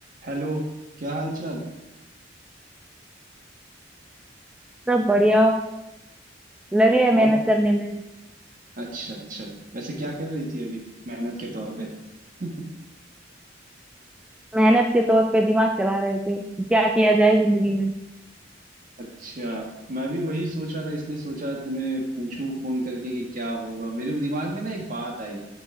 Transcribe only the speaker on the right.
Hello क्या हाल चाल
और
अच्छा अच्छा वैसे क्या कर रही थी अभी मेहनत के तौर पे <laughs>
अच्छा मैं भी वही सोच रहा था इसलिए सोचा तुम्हें पूछूं फोन करके कि क्या होगा मेरे दिमाग में ना एक बात आई